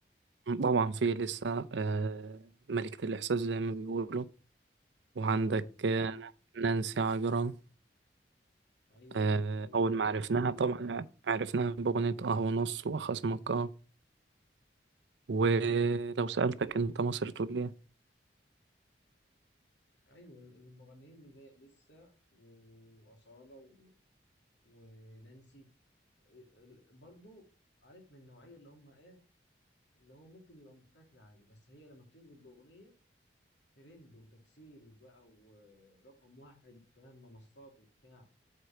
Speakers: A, on the right; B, on the left.
A: طبعا في لسه آه، ملكة الإحساس زي ما بيقولوا وعندك
B: آه
A: آه، نانسي عجرم
B: أيوه
A: آه،
B: أيوه
A: أول
B: فعلا
A: ما عرفناها طبعا عرفناها بأغنية قهوة نص وخصمك آه. ولو
B: أيوه
A: سألتك أنت مصر تقول لي
B: أيوه المغنيين اللي زي لسه وأصالة و... ونانسي ال- برضو عارف من النوعية اللي هم إيه اللي هو ممكن يبقى مختفي عادي بس هي لما بتنزل بأغنية ترند وتكسير بقى ورقم واحد فاهم منصات وبتاع